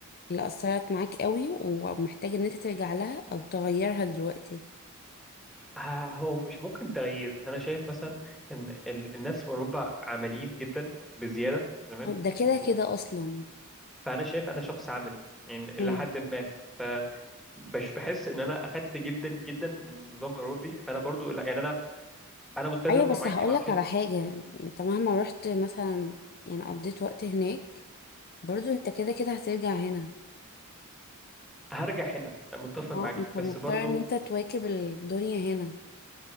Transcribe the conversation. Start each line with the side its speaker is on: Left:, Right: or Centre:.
Left: اللي أثرت معاك قوي ومحتاج ان انت ترجع لها او تغيرها دلوقتي
Centre: ه- هو مش ممكن تغيير بس انا شايف مثلا ان ال- الناس في اوروبا عمليين جدا بزياده تمام
Left: ده كده
Centre: و-
Left: كده اصلا
Centre: فانا شايف انا شخص عملي يعني
Left: امم
Centre: الى حد ما فبش بحس ان انا اخدت جدا جدا من النظام الاوروبي فانا برضو لا يعني انا انا ملتزم
Left: ايوه
Centre: بمواعيدي
Left: بس هقولك
Centre: ما اعرفش
Left: على حاجه يعني انت مهما رحت مثلا يعني قضيت وقت هناك برضو انت كده كده هترجع هنا
Centre: هرجع هنا متفق
Left: اه
Centre: معاكي
Left: انت
Centre: بس
Left: مضطر
Centre: برضو
Left: ان انت تواكب الدنيا هنا